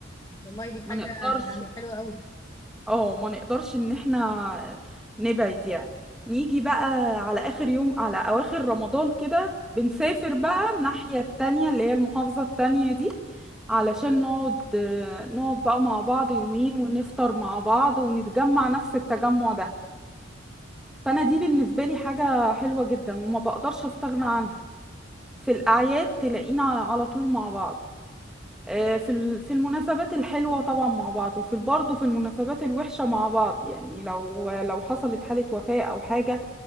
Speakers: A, on the left; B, in the centre.
A: والله دي
B: ما
A: حاجة
B: نقدرش
A: يعني حلوة قوي
B: اه ما نقدرش ان احنا نبعد يعني نيجي بقى على اخر يوم على اواخر رمضان كده بنسافر بقى الناحية التانية اللي هي المحافظة التانية دي علشان نقعد نقعد بقى مع بعض يومين ونفطر مع بعض ونتجمع نفس التجمع ده فانا دي بالنسبة لي حاجة حلوة جدا وما بقدرش استغنى عنها في الاعياد تلاقينا على طول مع بعض آه، في ال- في المناسبات الحلوة طبعا مع بعض وفي برضه في المناسبات الوحشة مع بعض يعني لو لو حصلت حالة وفاة أو حاجة